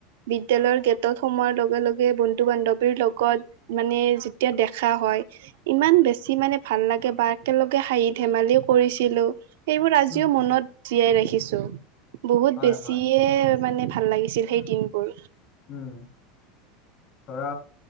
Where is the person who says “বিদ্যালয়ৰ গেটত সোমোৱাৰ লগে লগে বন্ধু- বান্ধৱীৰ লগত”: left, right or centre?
Right